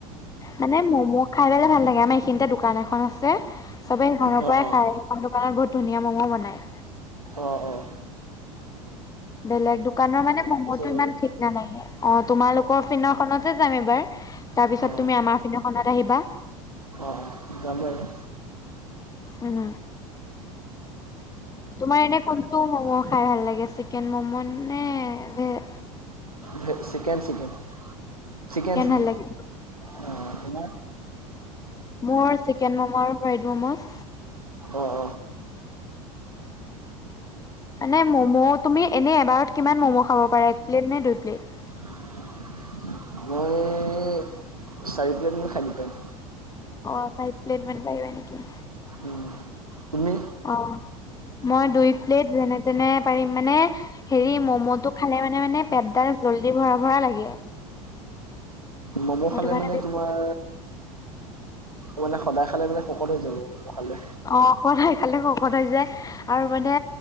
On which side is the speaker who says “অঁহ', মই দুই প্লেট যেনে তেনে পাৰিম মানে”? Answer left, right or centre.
Left